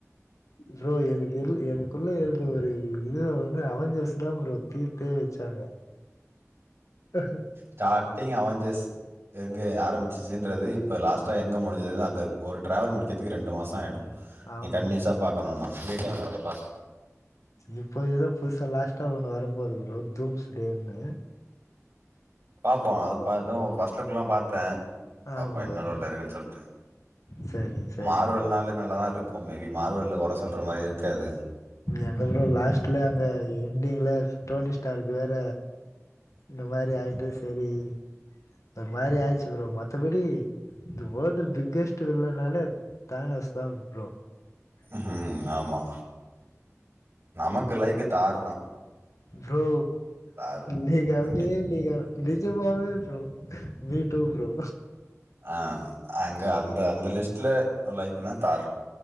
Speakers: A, on the left; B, on the right.
A: ப்ரோ எனக்கு எனக்குள்ள இருந்த ஒரு இது வந்து அவஞ்சர்ஸ் தான் ப்ரோ தீர்த்தே வச்சாங்க அஹ
B: ஸ்டார்டிங் அவஞ்சர்ஸ் எங்கே ஆரம்பிச்சுசுன்றது இப்போ லாஸ்ட்டா எங்கே முடிஞ்சது அந்த ஒரு டிராவல் முடிக்கிறதுக்கு ரெண்டு மாதம் ஆகிடும்
A: ஆமா
B: நீ கன்னிசா
A: ப்ரோ.
B: பார்க்கணும்னா <unintelligible>
A: இப்ப ஏதோ புதுசா லாஸ்ட்டா ஒண்ணு வரப்போகுது ப்ரோ தூம்ஸ்ட்டே னு
B: <unintelligible> வீட்டக்குலாம் பார்த்தேன்
A: ஆ
B: பாப்போ
A: ப்ரோ.
B: என்னதா உள்ள இருக்குன்னு சொல்லிட்டு
A: சரிங்க, சரிங்க
B: மார்வல்னாலே
A: ப்ரோ.
B: நல்லா தான் இருக்கும் மேபி மார்வலில் குற சொல்ற மாதிரி கது
A: எங்க ப்ரோ லாஸ்ட்ல அங்க எண்டிங்ல டோனி ஸ்டார்க்கு வேற இந்த மாதிரி ஆயிடுச்சு சரி இந்த மாதிரி ஆயிச்சு ப்ரோ மத்தபடி தெ வேர்ல்டு் பிக்கெஸ்ட்டு வில்லைனாலே தானஸ் தான் ப்ரோ
B: ஹம் ஆமா நமக்கு லைக்கு தாரு தான்
A: ப்ரோ
B: தார்
A: நீங்க
B: அது
A: அப்டியே
B: கிடையாது
A: நீங்க நிஜமாவே ப்ரோ மீ டூ ப்ரோ
B: ஆஹ் அங்க அன் அ அந்த லிஸ்ட்ல லைக்னா தார்